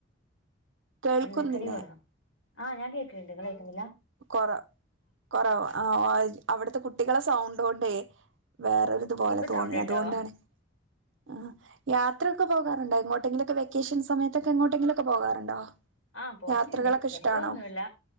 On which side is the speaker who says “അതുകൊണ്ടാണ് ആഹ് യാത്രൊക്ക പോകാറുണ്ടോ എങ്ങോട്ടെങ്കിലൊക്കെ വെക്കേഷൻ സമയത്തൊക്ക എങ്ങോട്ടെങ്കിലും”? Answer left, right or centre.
Right